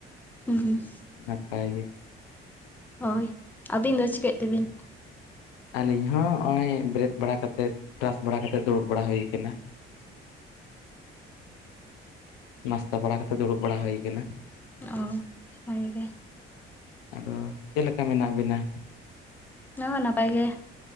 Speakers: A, in the centre; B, on the left.
A: ᱦᱩᱸᱻ
B: ᱱᱟᱯᱟᱭ ᱜᱮ
A: ᱦᱳᱭ ᱟᱹᱵᱤᱱ ᱫᱚ ᱪᱤᱠᱟᱹᱭᱮᱫ ᱛᱮᱵᱤᱱ
B: ᱟᱹᱞᱤᱧ ᱦᱚᱸ ᱦᱚᱜᱼᱚᱭ ᱵᱮᱨᱮᱫ ᱵᱟᱲᱟᱠᱛᱮᱫ ᱵᱨᱟᱥ ᱵᱟᱲᱟ ᱠᱟᱛᱮ ᱫᱩᱲᱩᱵ ᱵᱟᱲᱟ ᱦᱩᱭ ᱠᱟᱱᱟ ᱱᱟᱥᱛᱟ ᱵᱟᱲᱟ ᱠᱟᱛᱮ ᱫᱩᱲᱩᱵ ᱵᱟᱲᱟ ᱦᱩᱭ ᱠᱟᱱᱟ᱾
A: ᱚ ᱵᱷᱟᱜᱮ ᱜᱮ᱾
B: ᱟᱫᱚ ᱪᱮᱫ ᱞᱮᱠᱟ ᱢᱮᱱᱟᱜ ᱵᱤᱱᱟ?
A: ᱦᱮᱸ ᱱᱟᱯᱟᱭ ᱜᱮ